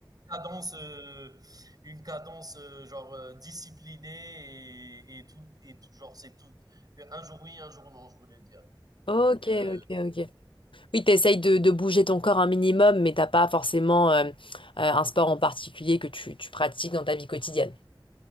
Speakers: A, on the right; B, on the left.
A: cadence, euh, une cadence euh, genre euh, disciplinée et, et tout, et tout- genre c'est tout. Un jour oui, un jour non, je voulais dire.
B: Ok,
A: Donc euh,
B: ok, ok. Oui, t'essayes de, de bouger ton corps un minimum, mais t'as pas forcément euh, euh, un sport en particulier que tu, tu pratiques dans ta vie quotidienne.